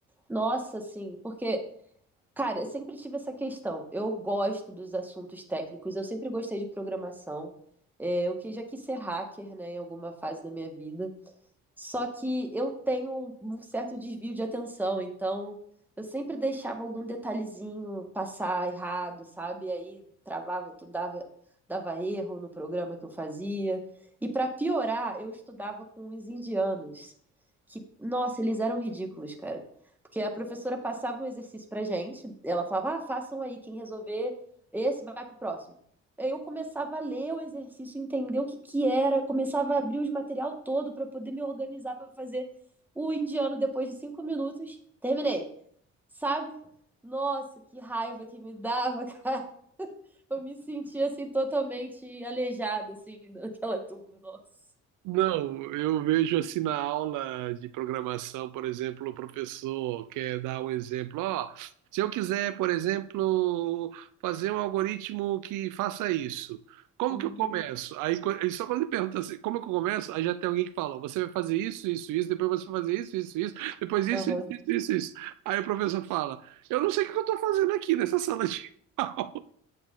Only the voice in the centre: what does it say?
Nossa, assim, porque Cara, eu sempre tive essa questão. Eu gosto dos assuntos técnicos, eu sempre gostei de programação. É, eu que já quis ser hacker, né, em alguma fase da minha vida. Só que eu tenho um, um certo desvio de atenção, então eu sempre deixava algum detalhezinho passar errado, sabe? E aí travava, tu dava, dava erro no programa que eu fazia. E para piorar, eu estudava com os indianos, que, nossa, eles eram ridículos, cara. Porque a professora passava um exercício pra gente, ela falava, ah, façam aí, quem resolver esse vai pro próximo. Aí Eu começava a ler o exercício, entender o que que era, começava a abrir os material todo para poder me organizar para fazer o indiano depois de cinco minutos. Terminei, sabe? Nossa, que raiva que me dava, <laughs> cara. Eu me sentia assim totalmente aleijada assim daquela turma, nossa.
Uhum,
uhum.